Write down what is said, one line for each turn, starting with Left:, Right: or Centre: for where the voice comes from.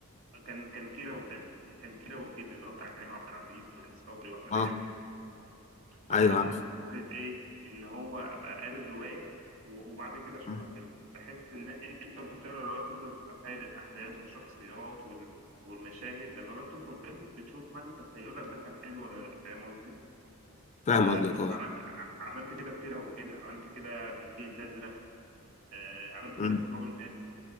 Right: كان كان كيرة والجن كان كيرة والجن اللي هو بتاع كريم عبد العزيز وهند صبري وأحمد
Left: اه
Right: عز وبعدين
Left: ايوه
Right: أنا
Left: عارف
Right: بحب فكرة إيه إن هو أبقى قاري الرواية و- وبعد كده أشوفها
Left: مم.
Right: فيلم بحس إن إن- أنت وأنت بتقرا الرواية بتفضل تتخيل الأحداث والشخصيات وال... والمشاهد لما بقى بتدخل فيلم بتشوف مدى تخيلك ده كان حلو ولا لأ فاهم قصدي؟
Left: فاهم
Right: فعملت
Left: قصدك اه
Right: ع- عملت كده في كيرة والجن عملت كده في الفيل الأزرق آه، عملت كده
Left: مم.
Right: في تراب الماس